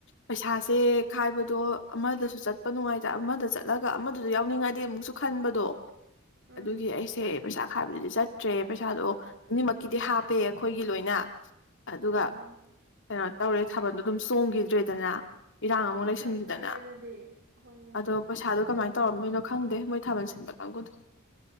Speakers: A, on the left; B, on the right.
A: ꯄꯩꯁꯥꯁꯦ ꯈꯥꯏꯕꯗꯣ ꯑꯃꯗꯁꯨ ꯆꯠꯄ ꯅꯨꯡꯉꯥꯏꯇ ꯑꯃꯗ ꯆꯠꯂꯒ ꯑꯃꯗꯁꯨ ꯌꯥꯎꯅꯤꯡꯉꯛꯑꯗꯤ ꯑꯃꯨꯛꯁꯨ ꯈꯟꯕꯗꯣ
B: ꯎꯝ
A: ꯑꯗꯨꯒꯤ ꯑꯩꯁꯦ ꯄꯩꯁꯥ ꯈꯥꯏꯕꯗꯨꯗꯤ ꯆꯠꯇ꯭ꯔꯦ ꯄꯩꯁꯥꯗꯣ ꯑꯅꯤꯃꯛ ꯀꯤꯗꯤ ꯍꯥꯞꯄꯦ ꯑꯩꯈꯣꯏꯒꯤ ꯂꯣꯏꯅ ꯑꯗꯨꯒ
B: ꯑꯣ
A: ꯀꯩꯅꯣ ꯇꯧꯔꯦ ꯊꯥꯕꯜꯗꯣ ꯑꯗꯨꯝ ꯆꯣꯡꯒꯤꯗ꯭ꯔꯦꯗꯅ ꯏꯔꯥꯡ ꯑꯃꯨꯛ
B: ꯑꯁ
A: ꯂꯩꯏꯁꯤꯟꯈꯤꯗꯅ
B: ꯌꯥꯝ ꯆꯥꯛꯑꯦ ꯑꯗꯨꯗꯤ ꯍꯣꯏꯅꯦ
A: ꯑꯗꯣ ꯄꯩꯁꯥꯗꯣ ꯀꯃꯥꯏꯅ ꯇꯧꯔꯝꯗꯣꯏꯅꯣ ꯈꯪꯗꯦ ꯃꯣꯏ ꯊꯥꯕꯜ ꯁꯤꯟꯕ ꯀꯥꯡꯕꯨꯗꯣ